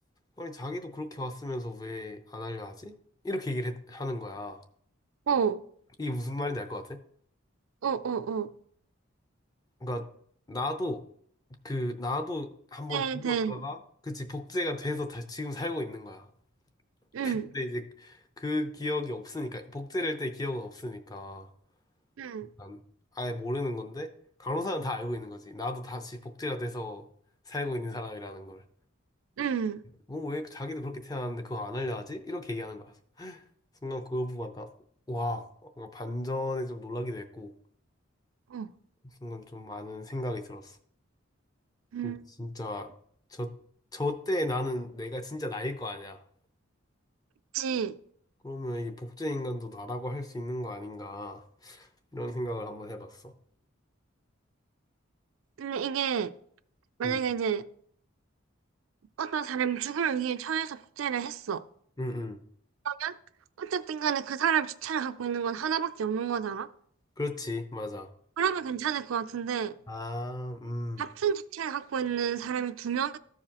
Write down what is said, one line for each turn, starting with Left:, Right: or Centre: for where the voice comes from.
Left: 아니 자기도 그렇게 왔으면서 왜 안 하려 하지? 이렇게 얘기를 했- 하는 거야.
Right: 어, 어,
Left: 이게 무슨 말인지 알 것 같아?
Right: 어, 어,
Left: 그러니까 나도 그 나도 한번
Right: 네,
Left: 죽었다가
Right: 된,
Left: 그치 복제가 돼서 다 지금 살고 있는 거야.
Right: 응,
Left: 근데 이제 그 기억이 없으니까 복제를 할 때 기억은 없으니까.
Right: 응,
Left: 난 아예 모르는 건데 간호사는 다 알고 있는 거지. 나도 다시 복제가 돼서 살고 있는 사람이라는 걸.
Right: 응,
Left: 뭐 왜 자기도 그렇게 태어났는데 그거 안 알려하지? 이렇게 얘기하는 거야. 순간 그거 보고 약간 와 뭔가 반전에 좀 놀라기도 했고
Right: 어,
Left: 순간 좀 많은 생각이 들었어.
Right: 응,
Left: 이게 진짜 저 저 때 나는 내가 진짜 나일 거 아니야.
Right: 그치.
Left: 그러면 이게 복제 인간도 나라고 할 수 있는 거 아닌가 이런 생각을 한번 해봤어.
Right: 근데 이게, 만약에
Left: 응,
Right: 이제, 어떤 사람이 죽음을 위해 처해서 복제를 했어.
Left: 응, 응.
Right: 그러면, 어쨌든 간에 그 사람 주체를 갖고 있는 건 하나밖에 없는 거잖아?
Left: 그렇지, 맞아.
Right: 그러면 괜찮을 것 같은데,
Left: 아, 음.
Right: 같은 주체를 갖고 있는 사람이 두 명이,